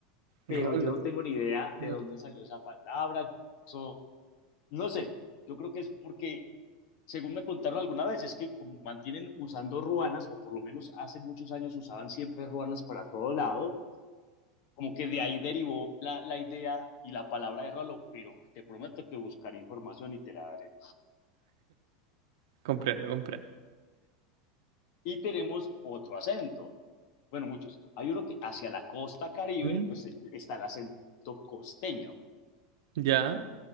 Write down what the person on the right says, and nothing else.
Rolos.
Mm,
Comprendo, comprendo.
Mm,
Ya.